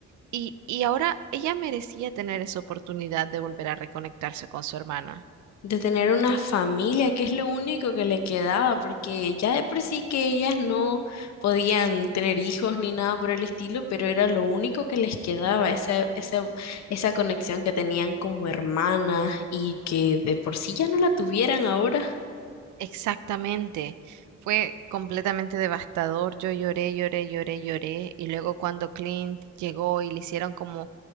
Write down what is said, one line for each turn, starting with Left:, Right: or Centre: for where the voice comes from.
Right: y, y ahora ella merecía tener esa oportunidad de volver a reconectarse con su hermana.
Left: de tener una familia, que es lo único que le quedaba, porque ya de por sí que ellas no podían tener hijos ni nada por el estilo, pero era lo único que les quedaba, esa, esa, esa conexión que tenían como hermanas y que de por sí ya no la tuvieran ahora.
Right: Exactamente. Fue completamente devastador. Yo lloré, lloré, lloré, lloré. Y luego cuando Clint llegó y le hicieron como